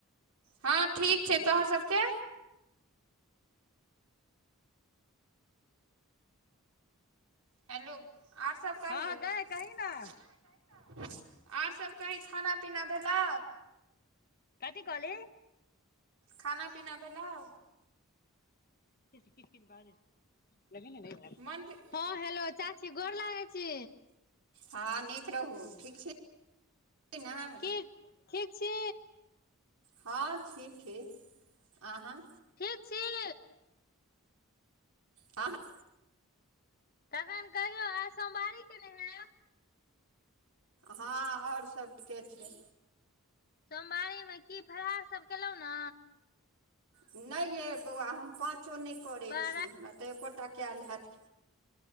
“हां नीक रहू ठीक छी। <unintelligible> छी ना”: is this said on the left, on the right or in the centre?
Right